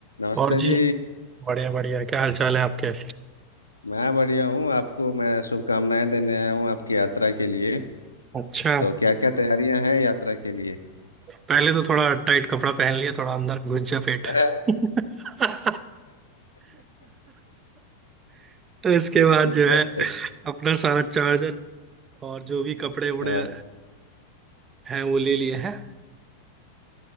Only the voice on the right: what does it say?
और जी
बढ़िया बढ़िया क्या हाल चाल है आपके
अच्छा
पहले तो थोड़ा टाइट कपड़ा पहन लिया थोड़ा अंदर घुस जा पेट
<laughs> इसके
बाद जो है
अपना सारा चार्जर और जो भी कपड़े वपड़े
हैं वो ले लिए हैं